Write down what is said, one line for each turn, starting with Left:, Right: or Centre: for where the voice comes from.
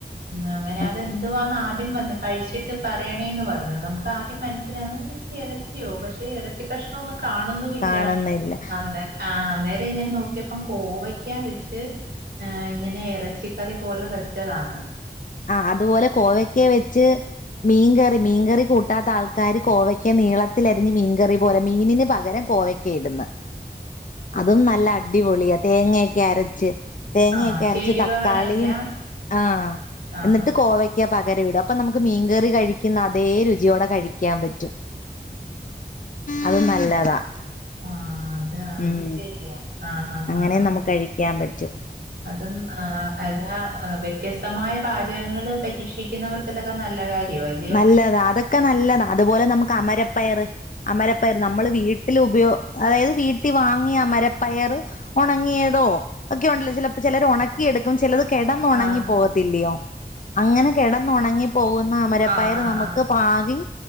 Right: ഉം. അങ്ങനെയതെന്തുവാന്നആദ്യം
Left: ആഹ്
Right: വന്ന് കഴിച്ച് ച്ചിട്ട് പറയണേന്ന് പർഞ്ഞു. നമുക്ക് ആദ്യം മൻസിലാ <unintelligible> ഇറച്ചിയോ പക്ഷെ ഇറച്ചി കഷ്ണോന്ന് കാണുന്നൂല്ല.
Left: കാണുന്നില്ല
Right: അന്നേ ആഹ് അന്നേരം ഇങ്ങനെ നോക്കിയപ്പം കോവക്കാ വെച്ച് ആഹ് ഇങ്ങനെ എറച്ചിക്കറി പോലെ വെച്ചതാണ്
Left: ആഹ് അതുപോലെ കോവയ്ക്കാ വെച്ച് മീൻകറി മീൻകറി കൂട്ടാത്ത ആൾക്കാര് കോവയ്ക്കാ നീളത്തിലരിഞ്ഞ് മീൻകറി പോലെ മീനിന് പകരം കോവയ് ഇടുന്ന് അതും നല്ല അടിപൊളിയാ തേങ്ങക്കെ അരച്ച് തേങ്ങക്കെ
Right: ആഹ്
Left: അരച്ച്
Right: ചേരുവകളെല്ലാം
Left: തക്കാളിയും ആഹ്
Right: ആഹ്
Left: ന്ന്ട്ട്
Right: ആഹ്
Left: കോവ ക്ക പകരം ഇടും അപ്പം നമക്ക് മീൻകറി കഴിക്കുന്ന അതേ രുചിയോടെ കഴിക്കാം പറ്റും. അത് നല്ലതാ
Right: ആഹ് അതാ അത്
Left: ഉം
Right: ശരിയാ. ആഹ് ആഹ്
Left: അങ്ങനെ
Right: ആഹ് ആഹ്
Left: നമുക്ക് കഴിക്കാൻ പറ്റും
Right: അതും അതാ വ്യത്യസ്തമായ പാചകങ്ങൾ പരീക്ഷിക്കുന്നവർക്ക് തൊക്കെ നല്ല കാര്യമായി
Left: നല്ലതാ അതൊക്കെ നല്ലതാ അതുപോലെ നമുക്ക് അമരപ്പയറ് അമരപ്പയർ നമ്മള് വീട്ടിൽ ഉപയ അതായത് വീട്ടിൽ വാങ്ങിയ അമരപ്പയർ ഉണങ്ങിയതോ ഒക്കെണ്ടല്ലോ ചിലപ്പോ ചിലർ ഉണക്കിയെടുക്കും ചിലത് കിടന്നുണങ്ങി
Right: ആഹ്
Left: പോകത്തില്ലയോ അങ്ങനെ കിടന്നുണങ്ങി പോകുന്ന അമരപ്പയർ
Right: ആഹ് ആഹ്
Left: നമുക്ക്
Right: ആഹ്
Left: പാകി